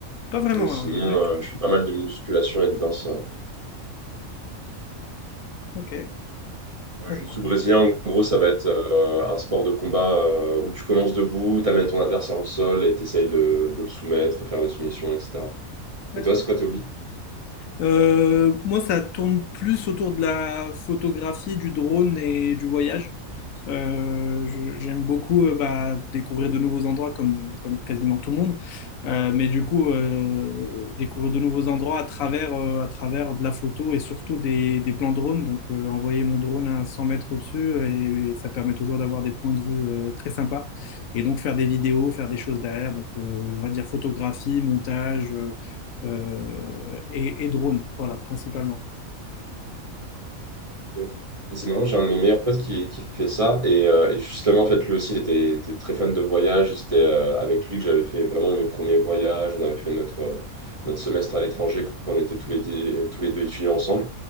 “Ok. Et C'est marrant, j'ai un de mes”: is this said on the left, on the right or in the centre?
Right